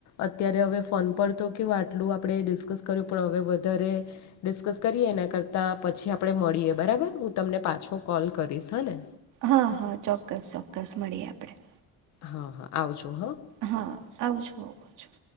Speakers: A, on the left; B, on the right.
A: અત્યારે હવે ફોન પર તો કવું આટલું આપણે ડિસ્કસ કર્યું પણ હવે વધારે ડિશ કસ કરીએ એના કરતા પછી આપણે મળીએ બરાબર હું તમને પાછો કોલ કરીશ હા ને?
B: હા હા, ચોક્કસ ચોક્કસ, મળીએ આપણેે.
A: હા હા, આવજો હા.
B: હા આવજો આ છું.